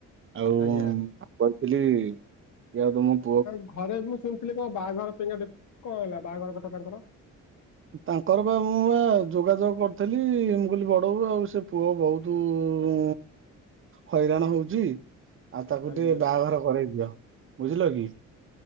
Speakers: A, on the right (about 45°); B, on the left (about 70°).
A: ଆଉ
B: ଆଜ୍ଞା
A: କହିଥିଲି ଏ ଆଉ ତମକୁ
B: ଆ ଘରେ ମୁଁ ଶୁଣିଥିଲି କଣ ବାହାଘର ପାଇଁକା କଣ ହେଲା ବାହାଘର କଥା ତାଙ୍କର?
A: ତାଙ୍କର ବା ମୁଁ ବା ଯୋଗାଯୋଗ କରିଥିଲି। ମୁଁ କହିଁଲି ବଡବୋଉ ଆଉ ସେ ପୁଅ ବହୁତ ତୁ ହଇରାଣ ହଉଛି। ଆଉ ତାକୁ
B: ଆଜ୍ଞା
A: ଟିକେ ବାହାଘର କରେଇଦିଅ। ବୁଝିଲ କି